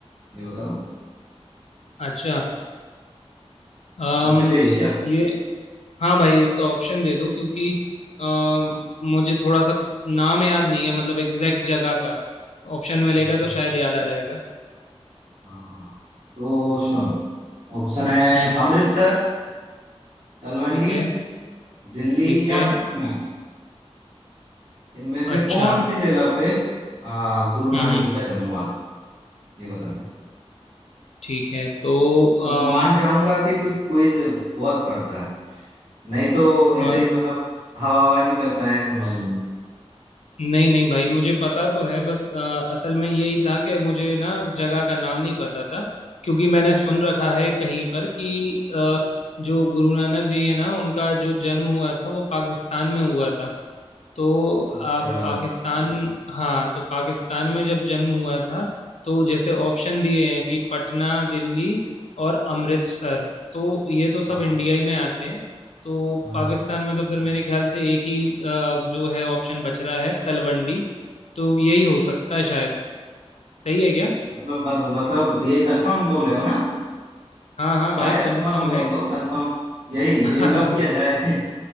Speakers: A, on the right (about 60°); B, on the left (about 80°).
A: ये बताओ
B: अच्छा अम
A: ऑप्शन चाहिए क्या
B: ये हाँ भाई इसका ऑप्शन दे दो क्योंकि अम, मुझे थोड़ा सा नाम याद नहीं है मतलब एग्जैक्ट जगह का ऑप्शन मिलेगा
A: अच्छा
B: तो
A: अच्छा
B: शायद याद आ जाएगा
A: हाँ तो सुन ऑप्शन है
B: हम्म हम्म,
A: अमृतसर तलवंडी
B: ठीक है
A: दिल्ली
B: ठीक
A: या
B: है
A: फिर पटना इनमें से
B: अच्छा
A: कौन सी जगह पे आ, गुरु नानक
B: हम्म हम्म,
A: जी का जन्म हुआ था ये बता दे
B: ठीक है तो
A: तब
B: अम,
A: मान जाऊंगा कि तू क्विज बहुत पढ़ता है नहीं तो ऐसे
B: अ,
A: ही मतलब हवाबाजी करता है समझ लूंगा
B: नहीं नहीं भाई मुझे पता तो है बस अ, असल में यही था कि मुझे ना जगह का नाम नहीं पता था क्योंकि मैंने सुन रखा है कहीं पर कि अ, जो गुरु नानक जी है ना उनका जो जन्म हुआ था वो पाकिस्तान में हुआ था तो
A: अच्छा
B: आप पाकिस्तान हाँ तो पाकिस्तान में जब जन्म हुआ था तो जैसे ऑप्शन दिए हैं कि पटना दिल्ली और अमृतसर तो ये तो सब
A: हाँ
B: इंडिया ही में आते हैं तो
A: हाँ
B: पाकिस्तान
A: हाँ
B: में तो फिर मेरे ख्याल से एक ही अ, जो है ऑप्शन बच रहा है तलवंडी तो यही हो सकता है शायद सही है क्या
A: मतलब मतलब मतलब ये कंफर्म बोल रहे हो ना
B: हाँ हाँ
A: शायद
B: भाई कंफर्म
A: मत बोलो
B: है
A: कंफर्म यही
B: <laughs>
A: यही
B: हाँ
A: लॉक किया जाए <laughs>